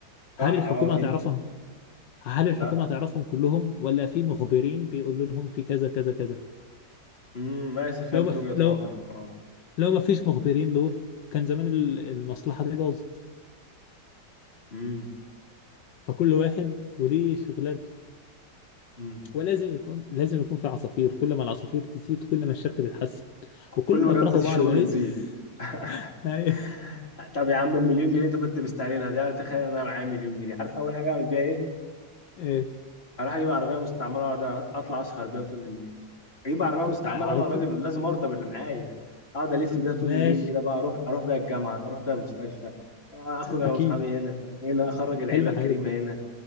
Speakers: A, on the left; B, on the left.
A: هل
B: صح
A: الحكومه
B: اه في
A: هتعرفهم هل الحكومه
B: لا
A: هتعرفهم كلهم ولا في مخبرين بيقولوا لهم في كذا كذا كذا
B: امم ماشي فهمت
A: لو ما في
B: وجهة
A: لو
B: نظرك اه
A: لو ما فيش مخبرين دول كان زمان ال- المصلحه دي باظت
B: امم
A: فكل واحد وليه شغلانته
B: امم
A: ولازم يكون لازم يكون في عصافير كل ما العصافير تزيد كل ما الشركة تتحسن وكل
B: كل ما
A: ما يكرهوا
B: جودة الشغل
A: بعض ما ليه
B: تزيد <laughs>
A: <laughs> هاي-
B: طب يا عم المليون جنيه انت كنت مستعجلها دي انا تخيل ان انا معايا مليون جنيه عارف اول حاجة اعمل بيها ايه
A: ايه
B: هروح اجيب عربية مستعملة واقعد اطلع اسهر بيها طول الليل اجيب عربيه مستعمله
A: آه، عاطل
B: انا راجل لازم ارضى باللي معايا اقعد الف بيها طول
A: ماشي
B: الليل كده بقى اروح اروح بيها الجامعه اروح بيها المستشفى اخرج انا
A: اكيد
B: واصحابي هنا هنا اخرج العيله
A: حلم
B: الكريمه
A: حياتك دلوقتي
B: هنا